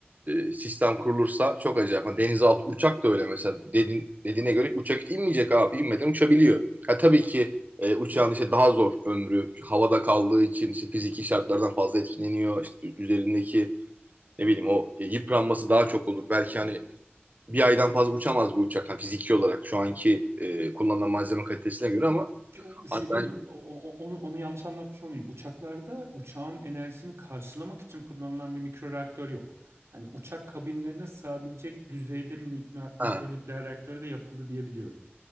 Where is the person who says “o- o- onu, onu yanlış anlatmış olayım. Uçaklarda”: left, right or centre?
Right